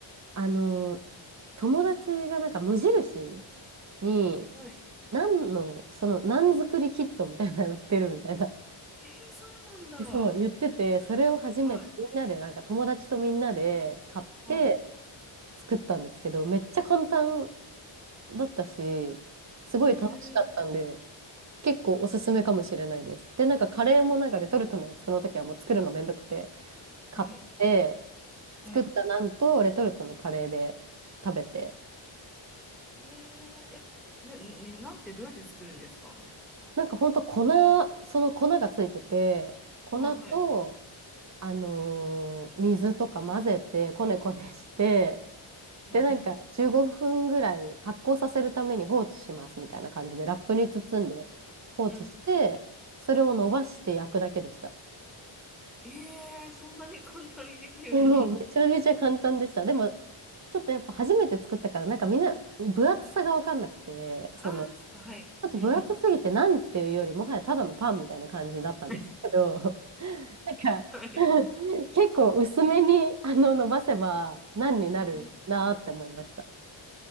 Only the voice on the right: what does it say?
あのー友達がなんか無印に、
ナンの、その、ナン作りキットみたいなの売ってるみたいな。
でそう、言ってて、それを初めてみんなで、
なんか友達とみんなで買って
作ったんですけど、めっちゃ簡単だったし、すごい楽しかったんで、
結構おすすめかもしれないです。で、なんかカレーもなんかレトルトのやつ、その時はもう作るのめんどくて、買って、
作ったなんとレトルトのカレーで食べて、
なんかほんと粉、その粉がついてて、粉と、
あのー水とか混ぜて、こねこねして、
で、なんか15分ぐらい発酵させるために放置しますみたいな感じで、ラップに包んで放置して、
それを伸ばして焼くだけでした。
でもめちゃめちゃ簡単でした。でも、ちょっとやっぱ初めて作ったから、なんかみんな分厚さが分かんなくて、その、
ち
ょっと分厚すぎてなんていうよりもはやただのパンみたいな感じだったんですけど、
<laughs> なんか
<laughs> 結構薄めにあの伸ばせば何になるなーって思いました。